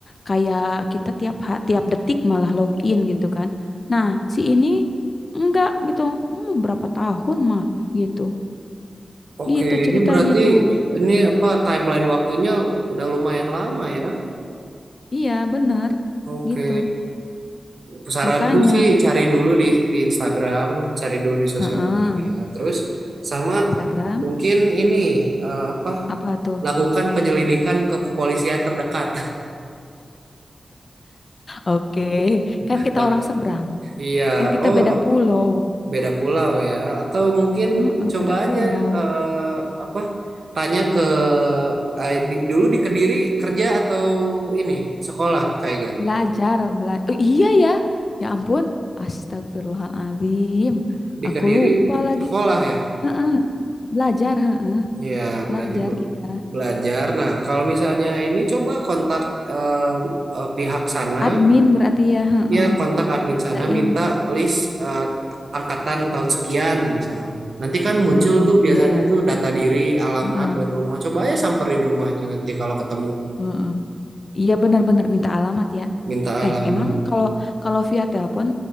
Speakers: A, on the left (about 45°); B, on the right (about 65°).
A: kayak kita tiap ha- tiap detik malah login gitu kan. Nah, si ini enggak gitu. Hmm, berapa tahun mah gitu.
B: Oke,
A: Gitu ceritanya
B: ini berarti
A: tuh.
B: ini apa timeline waktunya udah lumayan lama ya.
A: Iya, bener
B: Oke.
A: gitu.
B: Saranku
A: Makanya,
B: sih cari dulu di di Instagram, cari dulu di sosial
A: heeh,
B: media, terus sama
A: Instagram
B: mungkin ini eh, apa
A: apa tuh?
B: lakukan penyelidikan ke kepolisian terdekat.
A: Oke,
B: <laughs>
A: Kan kita
B: Laku-
A: orang seberang,
B: Iya,
A: kan kita
B: oh
A: beda pulau.
B: beda pulau ya atau mungkin
A: Heeh,
B: coba
A: beda pulau.
B: aja eh, apa tanya ke eh, di- dulu di Kediri kerja atau ini sekolah kayak gak
A: Belajar, belajar. iya ya. Ya ampun, astagfirullahaladzim.
B: di
A: Aku
B: Kediri
A: lupa lagi.
B: sekolah ya
A: Heeh, Belajar, heeh,
B: iya
A: Belajar
B: berarti bu
A: kita.
B: belajar nah kalau misalnya ini coba kontak eh, eh, pihak sana
A: Admin berarti ya, heeh,
B: ya kontak admin
A: Minta
B: sana minta
A: ini.
B: list eh, angkatan tahun sekian misal Nanti kan muncul
A: Heeh,
B: tuh biasanya
A: Iya ya.
B: tuh data diri, alamat,
A: Heeh,
B: dan rumah. Coba aja samperin rumahnya nanti kalau ketemu.
A: heeh. Iya benar-benar minta alamat ya.
B: minta
A: Eh,
B: alamat
A: emang kalau kalau via telepon